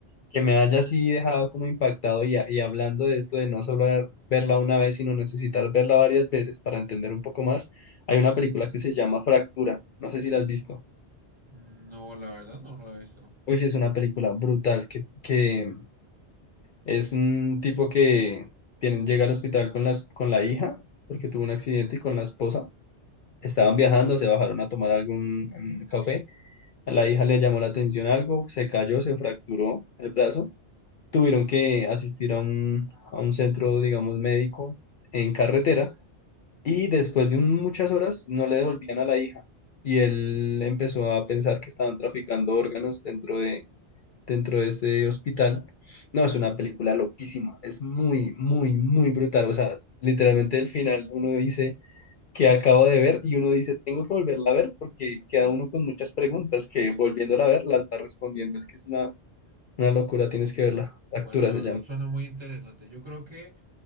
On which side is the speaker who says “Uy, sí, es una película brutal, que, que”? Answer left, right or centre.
Left